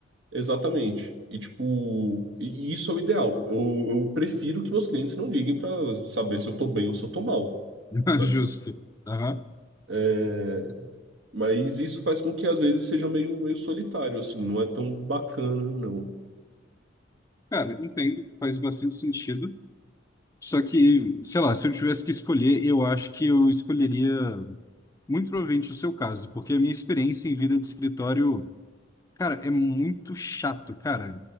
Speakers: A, on the right (about 70°); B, on the left (about 20°).
A: exatamente. E, tipo, e e isso é o ideal. Eu, eu prefiro que meus clientes não liguem pra saber se eu tô bem ou se eu tô mal,
B: <laughs>
A: sabe?
B: Justo. Aham.
A: É, Mas isso faz com que às vezes seja meio, meio solitário, assim, não é tão bacana, não.
B: Cara, entendo, faz bastante sentido. Só que, sei lá, se eu tivesse que escolher, eu acho que eu escolheria muito provavelmente o seu caso, porque a minha experiência em vida de escritório. Cara, é muito chato, cara.